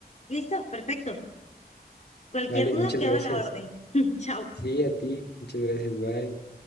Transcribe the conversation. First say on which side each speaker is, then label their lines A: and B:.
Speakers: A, on the left; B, on the left.
A: Listo, perfecto. Cualquier
B: Vale,
A: duda
B: muchas
A: queda
B: gracias.
A: a la orden. <laughs> Chao.
B: Sí, a ti, muchas gracias, bye.